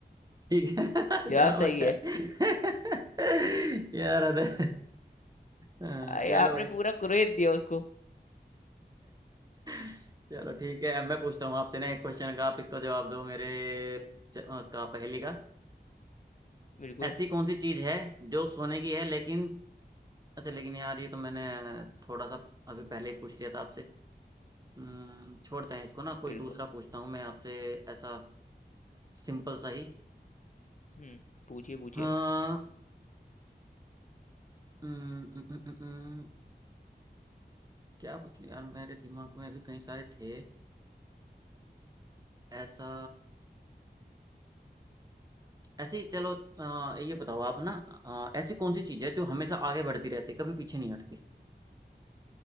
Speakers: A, on the right; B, on the left.
A: ठीक है <laughs>
B: जवाब
A: जवाब
B: सही
A: अच्छा
B: है
A: है <laughs> यार अदर हाँ,
B: अरे
A: चलो
B: आपने
A: भाई
B: पूरा कुरेद दिया उसको
A: <laughs> चलो ठीक है अब मैं पूछता हूँ आपसे ना एक क्वेश्चन का आप इसको जवाब दो मेरे च- उसका पहेली का
B: बिल्कुल
A: ऐसी कौन सी चीज है जो सोने की है लेकिन अच्छा लेकिन यार ये तो मैंने थोड़ा सा अभी पहले ही पूछ लिया था आपसे हम्म, छोड़ते हैं इसको ना कोई
B: बिल्कुल
A: दूसरा पूछता हूँ मैं आपसे ऐसा सिंपल सा ही
B: हम्म पूछिए पूछिए
A: हाँ हम्म, हम्म, हम्म, हम्म, हम्म, क्या पूछूं यार मेरे दिमाग में अभी कई सारे थे ऐसा ऐसी चलो अ, ये बताओ आप ना अ, ऐसी कौन सी चीज़ है जो हमेशा आगे बढ़ती रहती है कभी पीछे नहीं हटती